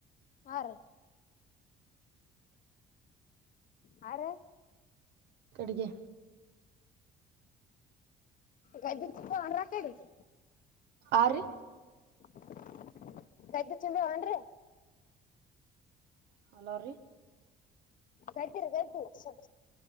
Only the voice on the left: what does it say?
ಹಾ ರೀ ಯಾರು
ಗದ <unintelligible>
<unintelligible> ಚುಂಬವನ್ರಿ
ಕಟ್ಟಿರ ಕಟ್ಟಿರಿಲ್ ಸೊಗ